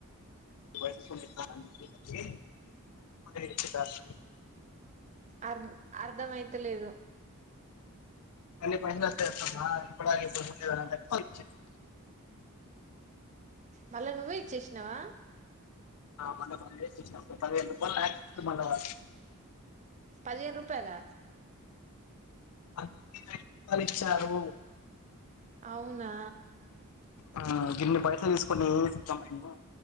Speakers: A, on the left; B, on the right.
A: <inaudible>
B: అర్ అర్ధమైతలేదు
A: అన్ని పైసలు ఇచ్చేస్తమా ఇప్పడ్ దకనే చెప్తుండు
B: మళ్ళా నువ్వే ఇచ్చేసినవా
A: మొన్న పది వేలు ఇచ్చినాము పది వేల రూపాయలు నాకిస్తుండు మళ్ళా వాడు
B: పదిహేను రూపాయలా
A: అవి ఇరవై రూపాలే ఇచ్చారు
B: అవునా
A: ఆ గిన్ని పైసలు తీసుకొని ఎం చేస్తాం మేము